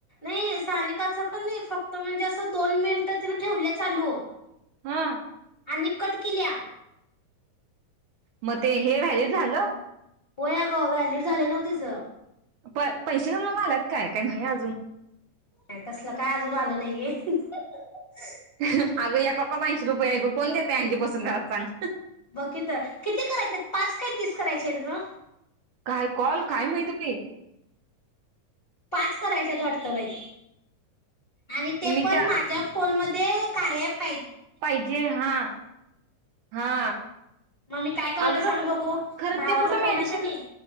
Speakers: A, on the left; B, on the right.
A: नाई साानिकाच कनी नाई फक्त म्हणजे असं दोन मिनटं तिन ठेवल्या चालू
B: हा
A: आणि कट केलीया.
B: म ते हे व्हॅली झालं.
A: व्हय अग व्हॅलिड झालय नव्ह तीच
B: प पैसे जमा झालेत काय काय नाही अजून
A: नाय तसलं काय अजून आलं नाय गे <unintelligible>
B: अगं येका कॉल ऐशी रुपयाे हाय ब कोण देतय अजी बसून घरात सांग.
A: ब की तर किती करायचेत पाच काय तीस कराय <unintelligible>
B: काय कॉल काय माहित बई
A: पाच करायच्यात वाटतं बाई आणि ते
B: मी
A: पण
B: त्या
A: माझ्या फोन म ते कार्या अँप
B: पाहिजे हा हा
A: मग मी काय करालोय
B: अग
A: सांग बघू
B: खरं
A: भावाचा
B: ते कुठं
A: फोन
B: मेनशन
A: आहे का नाही